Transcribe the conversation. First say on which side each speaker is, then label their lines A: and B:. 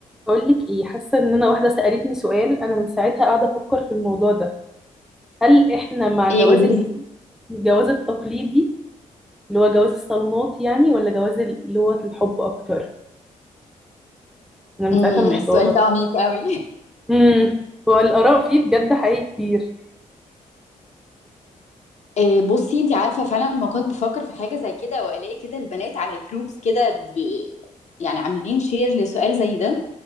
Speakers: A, in the centre; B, on the left.
A: بقول لك ايه حاسه ان انا واحده سالتني سؤال انا من ساعتها قاعده افكر في الموضوع ده هل احنا مع
B: ايه
A: جواز
B: قوليلي
A: ال- الجواز التقليدي اللي هو جواز الصالونات يعني ولا جواز ال- اللي هو الحب اكتر انا من
B: امم
A: ساعتها محتاره
B: السؤال ده عميق قوي
A: امم هو الاراء فيه بجد حقيقي كتير
B: إيه <laughs> بصي انت عارفه فعلا لما كنت بفكر في حاجه زي كده والاقي كده البنات على الجروبس كده ب... يعني عاملين شير لسؤال زي ده